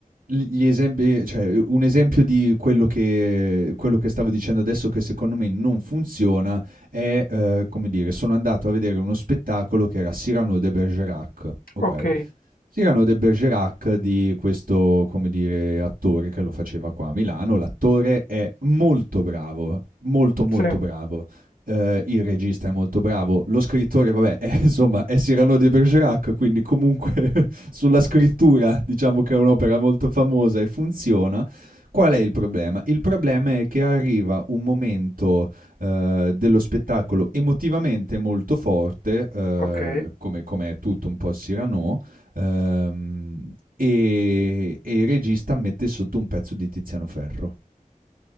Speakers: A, on the right; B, on the left.
A: gli esempi, cioè, un esempio di quello che, quello che stavo dicendo adesso che secondo me non funziona è, eh, come dire, sono andato a vedere uno spettacolo che era Cyrano de Bergerac, ok?
B: Ok,
A: Sì, erano de Bergerac di questo, come dire, attore che lo faceva qua a Milano. L'attore è molto bravo, molto molto
B: sì.
A: bravo. Eh, il regista è molto bravo, lo scrittore, vabbè, <laughs> è, insomma, è Cyrano de Bergerac, quindi comunque <laughs> sulla scrittura diciamo che è un'opera molto famosa e funziona. Qual è il problema? Il problema è che arriva un momento eh, dello spettacolo emotivamente molto forte, eh,
B: Ok.
A: come, come è tutto un po' il Cyrano, Ehm, e, e il regista mette sotto un pezzo di Tiziano Ferro.